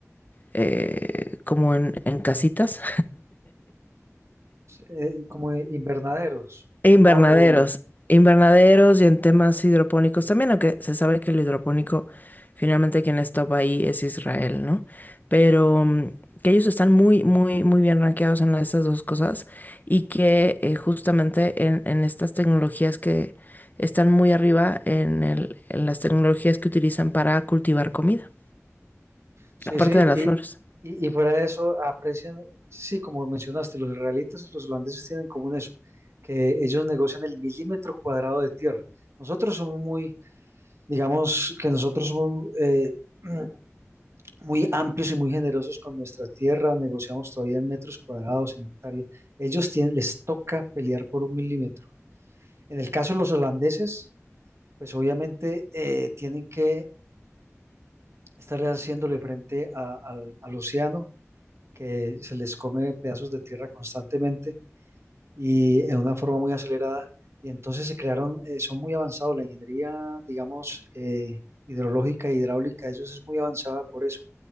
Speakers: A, on the left; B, on the right.
A: eh, como en, en casitas?
B: eh, como invernaderos.
A: Invernaderos,
B: Ah, o-
A: invernaderos y en temas hidropónicos también, aunque se sabe que el hidropónico finalmente quien les topa ahí es Israel, ¿no? Pero mm, que ellos están muy, muy, muy bien rankeados en estas dos cosas y que eh, justamente en, en estas tecnologías que están muy arriba en el- en las tecnologías que utilizan para cultivar comida,
B: Sí,
A: aparte
B: sí,
A: de las
B: y,
A: flores.
B: y, y fuera de eso, aprecian, sí, como mencionaste, los israelitas y los holandeses tienen en común eso, que ellos negocian el milímetro cuadrado de tierra. Nosotros somos muy, digamos que nosotros somos eh, <clears throat> muy amplios y muy generosos con nuestra tierra, negociamos todavía en metros cuadrados, en hectáreas. Ellos tienen, les toca pelear por un milímetro. En el caso de los holandeses, pues obviamente eh, tienen que estarle haciéndole frente a- al al océano que se les come pedazos de tierra constantemente y en una forma muy acelerada. Y entonces se crearon, eh, son muy avanzados, la ingeniería, digamos, eh, hidrológica e hidráulica, ellos es muy avanzada por eso,